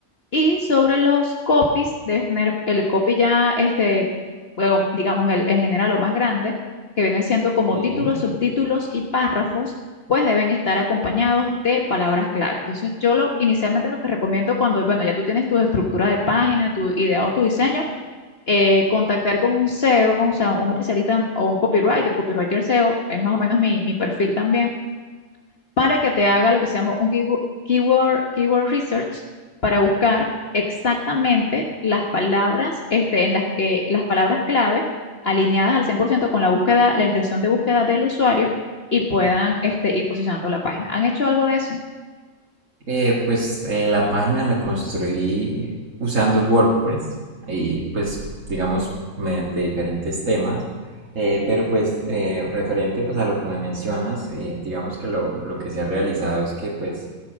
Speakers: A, on the left; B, on the right.
A: Y sobre los copies, debes tener el copy ya, este, bueno, digamos, el, en general o más grande, que vienen siendo como
B: Sí.
A: títulos, subtítulos y párrafos, pues deben estar acompañados de palabras clave. Entonces, yo lo, inicialmente lo que recomiendo cuando, bueno, ya tú tienes tu estructura de página, tu ideado, tu diseño, eh, contactar con un SEO, o o sea, un especialista o un copywriter, copywriter SEO, es más o menos mi, mi perfil también para que te haga lo que se llama un keywo- keyword, keyword research para buscar exactamente las palabras, este, en las que las palabras clave alineadas al 100% con la búsqueda, la intención de búsqueda del usuario y puedan, este, ir posicionando la página. ¿Han hecho algo de eso?
B: Eh, pues eh, la página la construí usando WordPress y pues digamos mediante diferentes temas, eh, pero pues eh, referente pues a lo que me mencionas, eh, digamos que lo, lo que se ha realizado es que pues